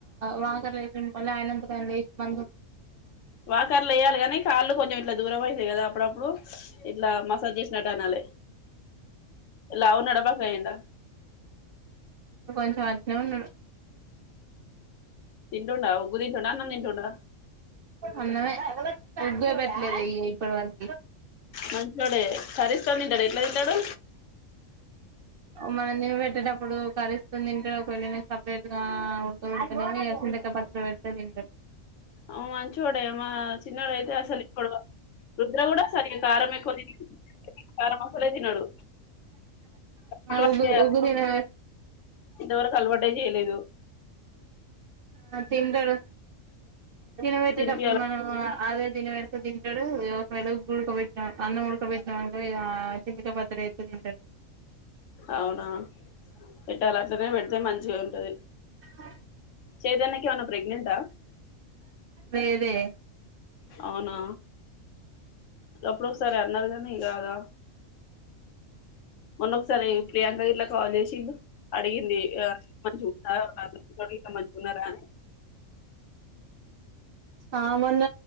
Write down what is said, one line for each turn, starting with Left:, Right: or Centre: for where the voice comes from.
Right: వాకర్ల ఎసిన పోన్లే ఆయనంతట ఆయన లేసి మ
Left: వాకర్లో ఎయాలి కాని కాళ్ళు కొంచెం ఇట్ల దూరం అయితే కదా అప్పుడప్పుడు ఇట్లా మసాజ్ జేసినట్టు అనాలి లావు ఉన్నాడ బక్కఅయిండ
Right: కొంచెం అట్నే ఉన్నాడు
Left: తింటుండా ఉగ్గు తింటుండా అన్న తింటుండా
Right: అన్నమే ఉగ్గే పెట్లేదు ఇప్పటి వరకు
Left: మంచోడే కర్రిస్తో తింటాడు ఎట్లా తింటాడు
Right: మనం తిని పెట్టినప్పుడు కర్రిస్తో తింటడు సేపెరెట్గ ఉడ్కబెడితే వేరుశనకాయ్ పచ్చడి బెడ్తే దింటడు
Left: అ మంచోడే మా చిన్నోడు అయితే అసలు ఇప్పటి వ రుద్ర కూడా సరిగ కారం ఎక్కవ కారం అస్సలే తినడు అలవాటు
Right: ఉగ్గు
Left: జేయాలి
Right: ఉగ్గు తిన
Left: ఇంతవరకు అలవాటే జేయలేదు
Right: ఆ తింటడు తినబెట్టేటప్పుడు
Left: తినిపియాలి
Right: మనం అదే తినబెడితే తింటడు ఒకవేళ ఉగ్గు ఉడకబెట్టిన అన్నం ఉడకబెట్టిన ఇగ ఆ చింతకాయ పచ్చడి అయితే తింటడు
Left: అవునా పెట్టాల అట్నే పెడితే మంచిగా ఉంటది
Right: ఆ
Left: చైతన్య కి ఏమైనా ప్రెగ్నెంట్ ఆ
Right: లేదే
Left: అవునా అప్పుడు సార్ అన్నారు కానీ కాదా మొన్న ఒకసారి ప్రియాంక ఇట్లా కాల్ చేసి అడిగింది ఆ <unintelligible> మంచిగా ఉన్నారా
Right: ఆ మొన్న